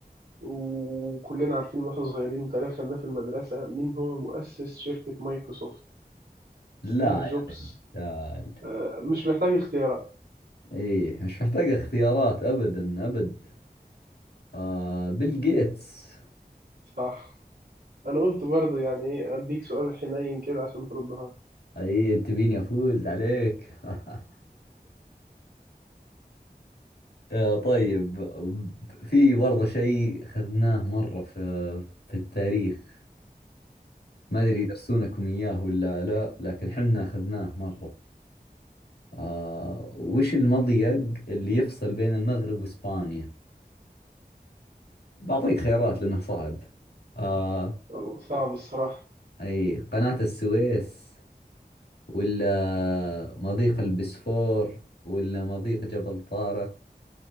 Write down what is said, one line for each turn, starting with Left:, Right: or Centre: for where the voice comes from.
Right: وكلنا عارفين واحنا صغيرين وتعرف خدناه في المدرسة مين هو مؤسس شركة مايكروسوفت
Left: لا
Right: ستيف جوبز
Left: يا
Right: آه، مش محتاج اختيارات
Left: أي مش محتاج اختيارات أبدا أبد آه بيل جيتس
Right: صح أنا قلت برضه يعني إيه، أديك سؤال حنين كده عشان تردها
Left: أي أنت بيني أفوز عليك <laughs> آه، طيب في برضه شيء أخذناه مرة في في التاريخ ما أدري يدرسونكم إياه ولا لا لكن حنا أخذناه مرة آه وش المضيق اللي يفصل بين المغرب وإسبانيا بعطيك خيارات لأنه صعب آه
Right: <laughs> صعب الصراحة
Left: أي قناة السويس ولا مضيق البسفور ولا مضيق جبل طارق